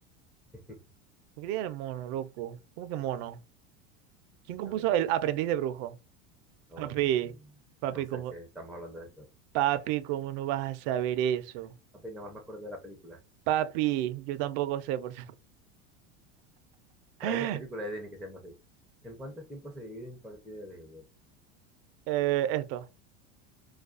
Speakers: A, in the centre; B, on the right.
A: <laughs>
B: ¿Por qué el mono, loco? ¿Cómo que mono? ¿Quién
A: sí,
B: compuso
A: chamo, no sé.
B: el aprendiz de brujo?
A: Um,
B: Papi, papi,
A: no sé
B: ¿cómo,
A: qué estamos hablando de esto.
B: papi, ¿cómo no vas a saber eso?
A: Apenas más me acuerdo de la película.
B: Papi, yo tampoco sé, por cierto.
A: Por
B: <laughs>
A: ahí hay una película de Disney que se llama así. ¿En cuántos tiempos se divide un partido de béisbol?
B: Eh, esto.